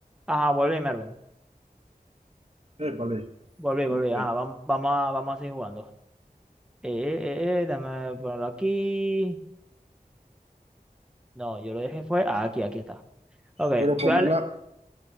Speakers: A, in the centre; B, on the right.
A: Ah, volví, Mervin.
B: Eh, vale,
A: Volví,
B: ¿cómo
A: volví.
B: está
A: Ah,
B: ahí?
A: vam- vamos, a, vamos a seguir jugando. Eh, eh, eh, déjame ponerlo aquí. No, yo lo dejé fue. Ah, aquí, aquí está. Ok,
B: Pero
A: voy
B: ponerla,
A: a darle-